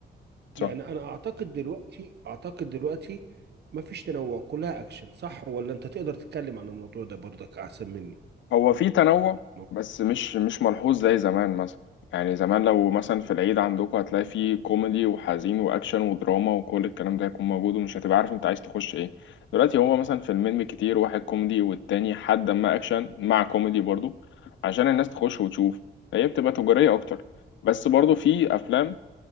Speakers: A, on the left; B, on the right.
A: صح
B: يعني انا اعتقد دلوقتي اعتقد دلوقتي ما فيش تنوع كلها اكشن صح ولا انت تقدر تتكلم عن الموضوع ده برضك احسن مني
A: هو في تنوع
B: ما-
A: بس مش مش ملحوظ زي زمان مثلا يعني زمان لو مثلا في العيد عندكم هتلاقي فيه كوميدي وحزين واكشن ودراما وكل الكلام ده هيكون موجود ومش هتبقى عارف انت عايز تخش ايه دلوقتي هو مثلا فيلمين بالكتير واحد كوميدي والتاني حد ما اكشن مع كوميدي برضو عشان الناس تخش وتشوف هي بتبقى تجارية اكتر بس برضو في افلام